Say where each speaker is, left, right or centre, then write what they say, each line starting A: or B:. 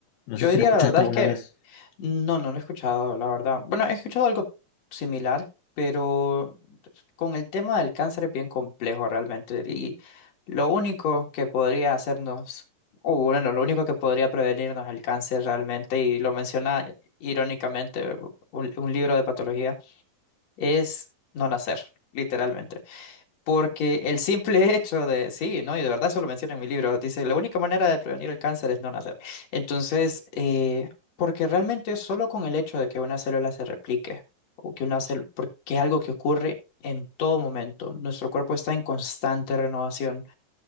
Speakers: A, on the left (about 80°); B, on the left (about 50°).
A: no
B: Yo
A: sé si
B: diría
A: lo escuchaste
B: la verdad
A: alguna
B: es que
A: vez.
B: no, no lo he escuchado, la verdad. Bueno, he escuchado algo similar, pero con el tema del cáncer es bien complejo realmente. Y lo único que podría hacernos, o bueno, lo único que podría prevenirnos el cáncer realmente, y lo menciona irónicamente un un libro de patología, es no nacer, literalmente. Porque el simple <laughs> hecho de, sí, ¿no? Y de verdad eso lo menciono en mi libro, dice, la única manera de prevenir el cáncer es no nacer. Entonces, eh, porque realmente solo con el hecho de que una célula se replique, o que una célula, porque es algo que ocurre en todo momento, nuestro cuerpo está en constante renovación.